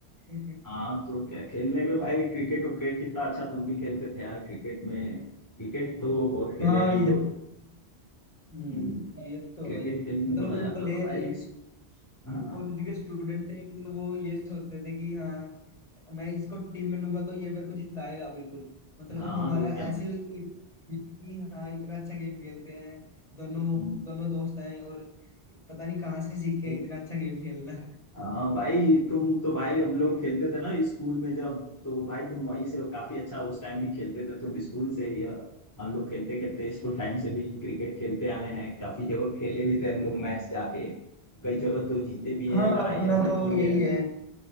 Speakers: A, on the left (about 40°); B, on the left (about 15°).
A: थे <laughs>
B: हाँ तो क्या खेलने में भाई क्रिकेट विकेट कितना अच्छा तुम भी खेलते थे यार क्रिकेट में क्रिकेट तो बहुत खेले
A: हाँ
B: हैं हम
A: ये
B: लोग
A: हम्म
B: हम्म,
A: ये तो
B: क्रिकेट
A: भाई
B: खेलने
A: मतलब
B: में तो मजा आता
A: प्लेयर
B: था भाई इस- हाँ
A: तो कॉलेज के स्टूडेंट थे मतलब वो ये सोचते थे कि हाँ मैं इसको टीम में लूंगा तो ये मेरे को जिताएगा बिल्कुल मतलब
B: हाँ
A: हमारा
B: तो क्या
A: ऐसी एक team थी कि हाँ इतना अच्छा गेम खेलते हैं दोनों
B: हम्म,
A: दोनों दोस्त हैं और पता नहीं कहाँ से सीख
B: तो-
A: के इतना अच्छा गेम खेलना
B: हाँ भाई तुम तो भाई हम लोग खेलते थे ना स्कूल में जब तो भाई तुम वहीं से काफी अच्छा उस टाइम भी खेलते थे तुम स्कूल से ही अ, हम लोग खेलते खेलते स्कूल टाइम से भी क्रिकेट खेलते आए हैं काफी जगह खेले भी थे हम लोग मैच जाके कई जगह तो जीते भी हैं
A: हाँ
B: लड़ाइयाँ
A: अपना
B: भी
A: तो
B: की है
A: यही है